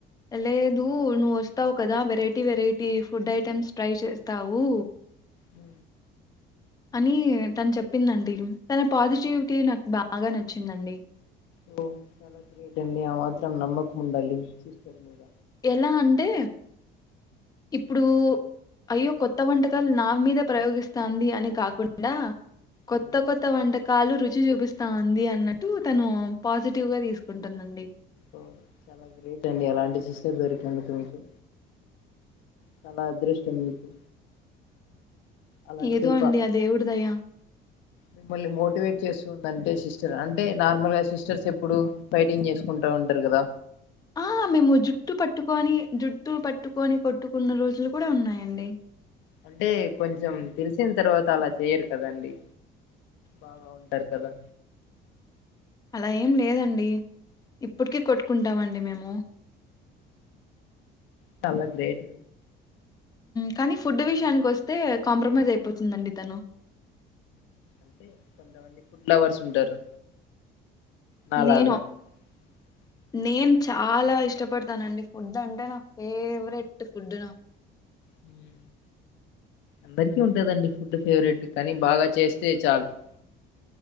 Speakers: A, on the left; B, on the left.
A: వెళ్ళదు నువ్వు వస్తావు్ కదా variety variety food items try చేస్తావు
B: హ
A: అని తను చెప్పిందండి తన పాజిటివిటీ నాకు బాగ నచ్చిందండి
B: ఓ చాలా గ్రేట్ అండి ఆ మాత్రం నమ్మకం ఉండాలి సిస్టర్ మీద
A: ఎలా అంటే ఇప్పుడు అయ్యో కొత్త వంటకాలు నా మీద ప్రయోగిస్తాంది అని కాకుండ కొత్త
B: ఓ
A: కొత్త వంట కాలు రుచి చూపిస్తాంది అన్నట్టు తను పాజిటివ్గా తీసుకుంటుందండి
B: ఓ చాల గ్రేట్ అండి అలాంటి సిస్టర్ దొరికినందుకు మీకు చాల అదృష్టం మీకు అలాంటి
A: ఏదో అండి
B: ప
A: ఆ దేవుడి దయ
B: మిమ్మల్ని మోటివేట్ చేస్తుంది అంటే సిస్టర్ అంటే నార్మల్గా సిస్టర్స్ ఎప్పుడు ఫైటింగ్ చేసుకుం ఉంటరు కద
A: ఆ మేము జుట్టు పట్టుకొని జుట్టు పట్టుకొని కొట్ కొట్టు కున్న రోజులు కూడా ఉన్నాయండి
B: అంటే కొంచెం తెలిసిన తర్వాత అలా చెయరు కదండి బాగ ఉంటారు కదా
A: అలా ఏం లేదండి ఇప్పటికీ కొట్టుకుంటామండి మేము
B: చాల గ్రేట్
A: కానీ ఫుడ్ విషయానికి వస్తే కాంప్రమైజ్ అయిపోతుందండి తను
B: అంటే కొంతమంది ఫుడ్ లవర్స్ ఉంటారు నాలగా
A: నేను
B: <inaudible>
A: నేను చాలా ఇష్టపడతానండి ఫుడ్ అంటే నా ఫేవరెట్ ఫుడ్ న
B: హ అందరికీ ఉంటదండి ఫుడ్ ఫేవరెట్ కానీ బాగ చేస్తే చాలు <inaudible>